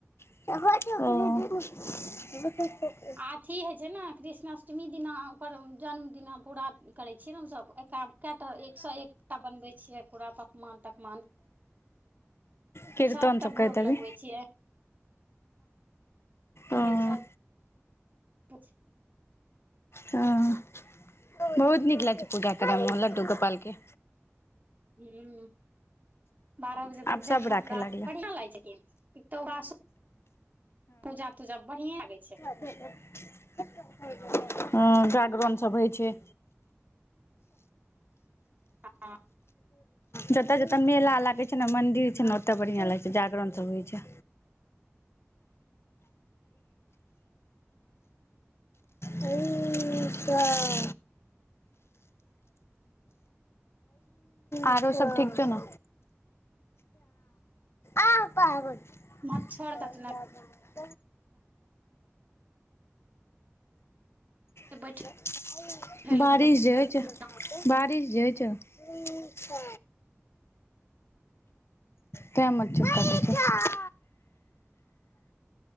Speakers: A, on the left; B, on the right.
A: अहाँके <unintelligible> <unintelligible>
B: आ थी है जेना कृष्णाष्टमी दिना ओकर जन्मदिना पूरा करै छियै न हमसब एका कैऽटा? एक सौऽ एकटा बनबै छियै, पूरा पकवान तकवान।
A: कीर्तन
B: सबटा
A: सब करैत
B: भोग
A: हेबी
B: लगबै छियै।
A: ओ
B: होइ छथि, पुछ
A: हुँ। बहुत नीक लागऽ छैय पूजा करै में लड्डू गोपाल केँ।
B: हूँम्म। बारऽ बजे तक
A: आब सब
B: जगलौं
A: राखै
B: ता,
A: लागलै
B: बढ़िआँ लाइ छै लेकिन। पूजा-तूजा बढ़िएं लगै छैय।
A: <inaudible> हँम्म, डाकबम सब होइ छैय।
B: हँ।
A: जताॅऽ-जताॅऽ मेला लागे छै ने मंदिर छै ने, ओतऽ बढ़िया लागे छै, जागरण सब होइ छैय। ऐइऽ तऽ आरो सब ठीक छौ ना? आऽ पागल काॅल
B: मच्छर ततने
A: लागैयऽ।
B: बैठे
A: <inaudible>
B: लए
A: बारिश
B: कतहु
A: जे होइ छैय, बारिश जे होइत छैय। पीछा तेँ मच्छर <unintelligible> काटेय छै।